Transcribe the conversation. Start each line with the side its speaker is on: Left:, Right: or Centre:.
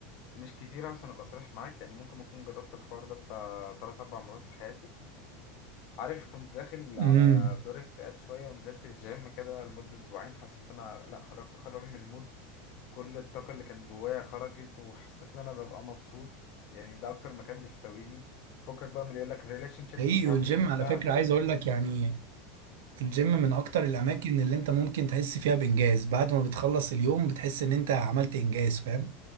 Left: مش كتير عشان ابقى صريح معاك يعني ممكن اكون جربت الحوار ده بتاع 3 4 مرات في حياتي عارف كنت داخل على
Right: امم
Left: دور اكتئاب شوية ونزلت الجيم كده لمدة أسبوعين حسيت إن أنا لأ خرج خرج من المود كل الطاقة اللي كانت جوايا خرجت وحسيت إن أنا ببقى مبسوط يعني ده أكتر مكان بيحتويني فكك بقى من اللي يقولك ريليشن شيبس
Right: حقيقي
Left: ومش عارف
Right: والجيم
Left: إيه وبتاع
Right: على فكره
Left: لأ
Right: عايز اقول لك يعني الجيم
Left: ب-
Right: من اكتر الاماكن اللي انت ممكن تحس فيها بانجاز بعد ما بتخلص اليوم بتحس ان انت عملت انجاز فاهم